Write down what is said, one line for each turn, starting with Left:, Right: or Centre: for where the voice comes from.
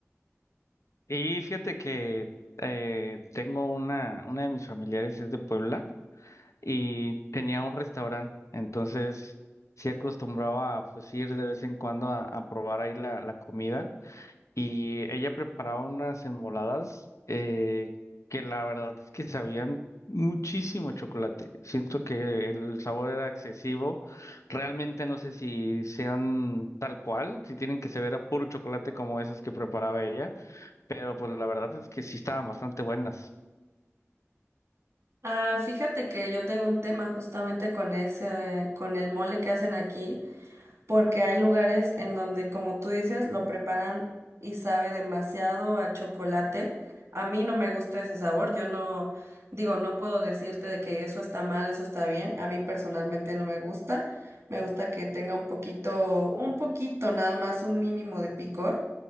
Left: Y fíjate que eh, tengo una, una de mis familiares es de Puebla y tenía un restaurante, entonces sí acostumbraba a pues, ir de vez en cuando a, a probar ahí la, la comida y ella preparaba unas enmoladas eh, que la verdad es que sabían muchísimo chocolate. Siento que el sabor era excesivo, realmente no sé si sean tal cual, si tienen que saber a puro chocolate como esas que preparaba ella pero pues la verdad es que sí estaban bastante buenas.
Right: Ah, fíjate que yo tengo un tema justamente con ese, con el mole que hacen aquí. porque hay lugares en donde, como tú dices, lo preparan y sabe demasiado a chocolate. A mí no me gusta ese sabor, yo no digo, no puedo decirte de que eso está mal, eso está bien, a mí personalmente no me gusta. Me gusta que tenga un poquito, un poquito nada más, un mínimo de picor,